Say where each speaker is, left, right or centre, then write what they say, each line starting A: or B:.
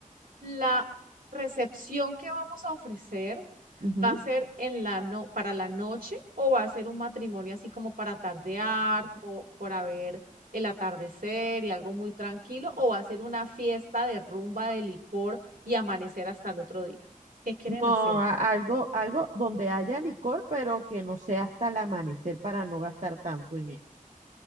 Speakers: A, on the right; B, on the right.
A: ¿la recepción que vamos a ofrecer
B: ujú.
A: va a ser en la no para la noche o va a ser un matrimonio así como para tardear, como para ver el atardecer y algo muy tranquilo o va a ser una fiesta de rumba de licor y amanecer hasta el otro día? ¿Qué quieren
B: No,
A: hacer?
B: a- algo, algo donde haya licor, pero que no sea hasta el amanecer para no gastar tanto en eso.